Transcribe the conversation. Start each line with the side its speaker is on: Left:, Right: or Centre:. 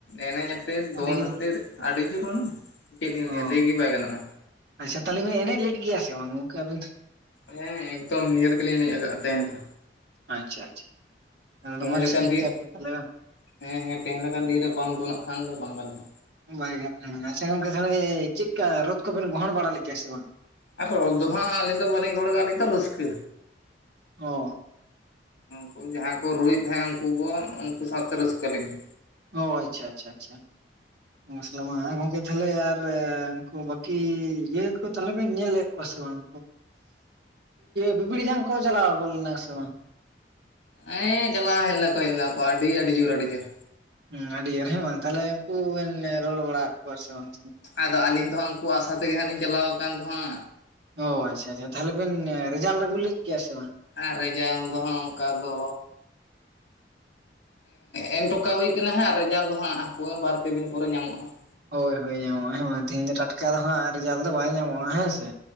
Left: ᱮᱱᱮᱡ ᱛᱮᱫ ᱫᱚᱱ
Right: ᱟᱹᱰᱤ ᱡᱳᱨ
Left: ᱟᱛᱮᱫ ᱟᱹᱰᱤ ᱡᱳᱨ ᱢᱟᱱᱮ ᱪᱮᱫ ᱞᱤᱧ
Right: ᱚ
Left: ᱞᱟᱹᱭᱟ, ᱞᱟᱹᱭᱜᱮ ᱵᱟᱭ ᱜᱟᱱᱚᱜᱼᱟ᱾
Right: ᱟᱪᱪᱷᱟ ᱛᱟᱦᱚᱞᱮ ᱵᱤᱱ ᱮᱱᱮᱡ ᱞᱮᱫ ᱜᱮᱭᱟ, ᱥᱮ ᱵᱟᱝ ᱜᱚᱢᱠᱮ ᱟᱵᱤᱱ ᱫᱚ?
Left: ᱦᱮᱸ ᱮᱠᱫᱚᱢ ᱱᱤᱭᱟᱹ ᱨᱮ ᱜᱮᱞᱤᱧ ᱟᱛᱮᱱ ᱫᱟ᱾
Right: ᱟᱪᱪᱷᱟ ᱟᱪᱪᱷᱟ
Left: ᱛᱮᱦᱮᱧ
Right: ᱫᱚᱢᱮ
Left: ᱞᱮᱠᱟᱱ
Right: ᱨᱟᱹᱥᱠᱟᱹ
Left: ᱫᱤᱱ
Right: ᱠᱮᱫᱟ ᱯᱮ ᱛᱟᱦᱚᱞᱮ ᱵᱟᱝ
Left: ᱨᱮ, ᱦᱮᱸ ᱦᱮᱸ ᱛᱮᱦᱮᱧ ᱞᱮᱠᱟᱱ ᱫᱤᱱ ᱨᱮ ᱯᱟᱱ ᱫᱚ ᱱᱟᱜ ᱠᱷᱟᱱ ᱫᱚ ᱵᱟᱝ ᱜᱟᱱᱚᱜᱼᱟ᱾
Right: ᱵᱟᱭ ᱜᱟᱱᱚᱜ ᱠᱟᱱᱟ᱾ ᱟᱪᱪᱷᱟ ᱜᱚᱝᱠᱮ ᱛᱟᱦᱚᱞᱮ ᱪᱮᱫ ᱠᱟ ᱨᱳᱫ ᱠᱚᱵᱮᱱ ᱜᱚᱦᱚᱲ ᱵᱟᱲᱟ ᱞᱮᱫ ᱜᱮᱭᱟ ᱥᱮ ᱵᱟᱝ?
Left: ᱟᱫᱚ ᱨᱚᱫ ᱫᱚ ᱦᱟᱸᱜ ᱟᱹᱞᱤᱧ ᱫᱚ ᱵᱟᱞᱤᱧ ᱜᱚᱦᱚ ᱲᱫᱟ, ᱟᱹᱞᱤᱧ ᱫᱚ ᱨᱟᱹᱥᱠᱟᱹ
Right: ᱚ
Left: ᱩᱱᱠᱩ ᱡᱟᱦᱟᱸᱭ ᱠᱚ ᱨᱩᱭᱮᱫ ᱛᱟᱦᱮᱸ ᱩᱱᱠᱩ ᱠᱚ ᱩᱱᱠᱩ ᱥᱟᱶᱛᱮ ᱨᱟᱹᱥᱠᱟᱹ ᱞᱤᱧ ᱢᱮ
Right: ᱚ ᱟᱪᱪᱷᱟ ᱟᱪᱪᱷᱟ ᱟᱪᱪᱷᱟ ᱢᱚᱥᱞᱟ ᱢᱟ, ᱦᱮᱸ ᱜᱚᱝᱠᱮ ᱛᱟᱦᱚᱞᱮ ᱟᱨ ᱩᱱᱠᱩ ᱵᱟᱹᱠᱤ ᱤᱭᱟᱹ ᱠᱚ ᱛᱟᱦᱚᱞᱮ ᱵᱮᱱ ᱧᱮᱞᱮᱫ ᱠᱚᱣᱟ ᱥᱮ ᱵᱟᱝ ᱵᱤᱯᱤᱲ ᱡᱟᱝ ᱠᱚ ᱪᱟᱞᱟᱣ ᱞᱮᱱᱟ ᱥᱮ ᱵᱟᱝ?
Left: ᱮᱸ ᱪᱟᱞᱟᱜᱼᱟ ᱦᱮᱡᱱᱟᱠᱚ ᱦᱮᱡᱱᱟᱠᱚ ᱟᱹᱰᱤ, ᱟᱹᱰᱤ ᱡᱳᱨ ᱟᱹᱰᱤ ᱡᱳᱨ
Right: ᱦᱩᱸ ᱟᱹᱰᱤ ᱦᱮ ᱵᱟᱝ ᱛᱟᱦᱚᱞᱮ ᱩᱱᱠᱩ ᱵᱮᱱ ᱨᱚᱲ ᱵᱟᱲᱟ ᱠᱚᱣᱟ ᱥᱮ ᱵᱟᱝ?
Left: ᱟᱫᱚ ᱟᱹᱞᱤᱧ ᱫᱚ ᱦᱟᱸᱜ ᱩᱱᱠᱩᱭᱟᱜ ᱟᱥᱟ ᱛᱮᱜᱮ ᱦᱟᱸᱜ ᱞᱤᱧ ᱪᱟᱞᱟᱣ ᱟᱠᱟᱱ ᱫᱚ ᱦᱟᱸᱜ
Right: ᱚ ᱟᱪᱪᱷᱟ ᱟᱪᱪᱷᱟ ᱛᱟᱦᱮᱞᱮ ᱵᱮᱱ ᱨᱮᱡᱟᱞ ᱟᱹᱜᱩᱞᱮᱜ ᱜᱮᱭᱟ ᱥᱮ ᱵᱟᱝ?
Left: ᱟᱨ ᱨᱮᱡᱟᱞ ᱫᱚ ᱦᱟᱸᱜ ᱚᱱᱠᱟ ᱫᱚ ᱮᱻᱮᱢᱴᱚᱠᱟ ᱦᱩᱭ ᱠᱟᱱᱟ ᱦᱟᱸᱜ ᱨᱮᱡᱟᱞᱴ ᱫᱚ ᱦᱟᱸᱜ ᱵᱟᱨ ᱯᱮ ᱫᱤᱱ ᱯᱚᱨᱮ ᱧᱟᱢᱚᱜ ᱦᱟᱸᱜ᱾
Right: ᱦᱳᱭ ᱦᱳᱭ ᱧᱟᱢᱚᱜᱼᱟ ᱦᱮ ᱵᱟᱝ ᱛᱤᱦᱤᱧ ᱫᱚ ᱴᱟᱴᱠᱟ ᱫᱚ ᱦᱟᱸᱜ ᱨᱮᱡᱟᱞ ᱫᱚ ᱵᱟᱭ ᱧᱟᱢᱚᱜᱼᱟ ᱦᱮᱸ ᱥᱮ